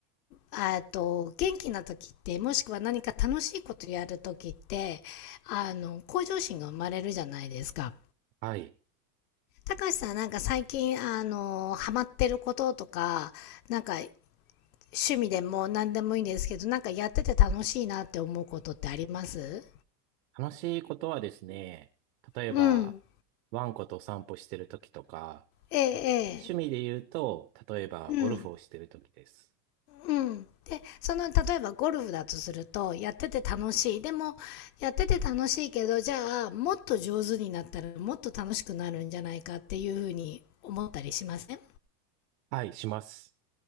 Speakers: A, on the left; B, on the right.
A: あと元気な時ってもしくは何か楽しいことやる時ってあの向上心が生まれるじゃないですか。
B: はい。
A: たかしさんなんか最近あのハマってることとかなんか趣味でも何でもいいんですけどなんかやってて楽しいなって思うことってあります
B: 楽しいことはですね、例えば、
A: うん。
B: ワンコとお散歩してる時とか、
A: ええええ。
B: 趣味で言うと、例えばゴルフをしてる時です。
A: うん。うんでその例えばゴルフだとするとやってて楽しいでもやってて楽しいけどじゃあもっと上手になったらもっと楽しくなるんじゃないかっていうふうに思ったりしません
B: はい、します。